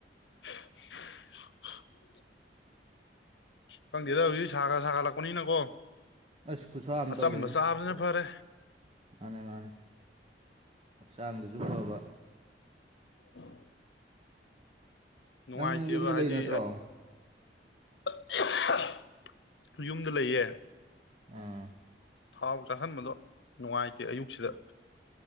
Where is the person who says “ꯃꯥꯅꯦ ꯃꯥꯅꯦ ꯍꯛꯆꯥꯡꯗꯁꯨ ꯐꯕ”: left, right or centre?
Right